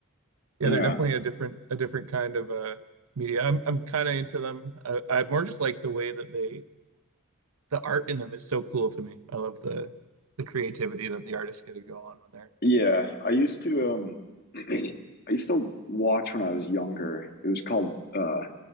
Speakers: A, on the right (about 85°); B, on the left (about 45°).
A: Yeah,
B: yeah.
A: they're definitely a different a different kind of uh media. I'm I'm kind of into them. I, I more just like the way that they the art in them is so cool to me. I love the the creativity that the artists get to go on when they're
B: Yeah, I used to um <clears throat> I used to watch when I was younger. It was called uh